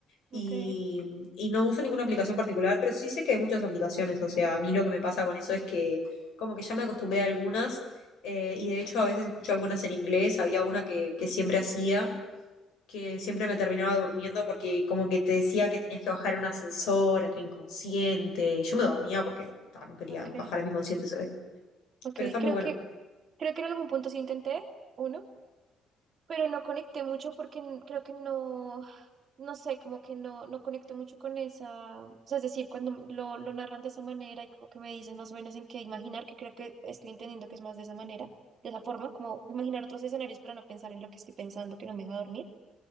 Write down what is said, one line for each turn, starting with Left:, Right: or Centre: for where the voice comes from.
Left: y,
Right: ok,
Left: y no uso ninguna aplicación particular, pero sí sé que hay muchas aplicaciones. O sea, a mí lo que me pasa con eso es que como que ya me acostumbré a algunas. eh, y de hecho a veces escucho algunas en inglés, había una que, que siempre hacía, que siempre me terminaba durmiendo porque como que te decía que tenías que bajar un ascensor a tu inconsciente, y yo me dormía porque
Right: mm,
Left: ah, no quería
Right: ok,
Left: bajar a mi inconsciente, ¿sabes?
Right: ok,
Left: Pero está
Right: creo
Left: muy bueno.
Right: que, creo que en algún punto sí intenté uno, pero no conecté mucho porque n- creo que no, no sé, como que no, no conecté mucho con esa, o sea, es decir, cuando lo, lo narran de esa manera y como que me dicen más o menos en qué imaginar, que creo que estoy entendiendo que es más de esa manera, de esa forma, como imaginar otros escenarios para no pensar en lo que estoy pensando, que no me deja dormir,